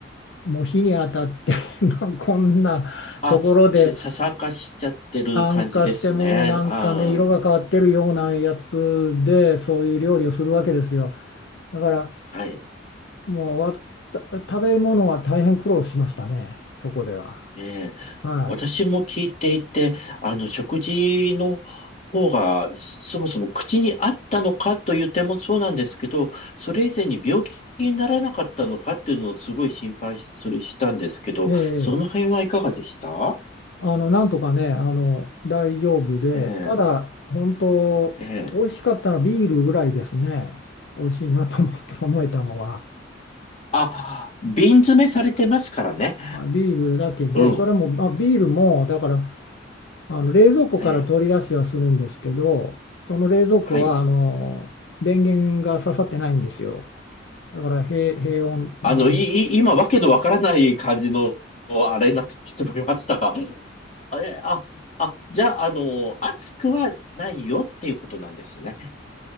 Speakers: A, on the left (about 70°); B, on the left (about 35°).
A: もう火に当たって <laughs> まあこんなところで
B: あ、さ、さ参加しちゃってる感じですね。
A: 酸化してもうなんかね色が変わってるようなやつでそういう料理をするわけですよ。
B: あー、
A: だから
B: はい。
A: もうわた食べ物は大変苦労しましたね、そこでは。
B: ええ、
A: は
B: 私も聞いていて、あの、食事の方が、そそもそも口に合ったのかという点もそうなんですけど、それ以前に病気にならなかったのかっていうのをすごい心配する、したんですけど、
A: い。ええ、
B: その辺はいかがでした
A: あの、なんとかね、あの、大丈夫で、
B: え
A: ただ、本当、
B: え、ええ。
A: 美味しかったのはビールぐらいですね。美味しいなと思って <laughs> 思えたのは。
B: あ、瓶詰めされてますからね。
A: はいビールだけで、
B: うん。
A: それも、まあ、ビールも、だから、あの、冷蔵庫から取り出しはするんですけど、
B: ええ、
A: その冷蔵庫は、
B: はい。
A: あの、電源が刺さってないんですよ。だから平、平穏の
B: あの、い、い、今、わけのわからない感じの、あれになってきてもらいましたが、え、あ、あ、じゃあ、あの、暑くはないよっていうことなんですね。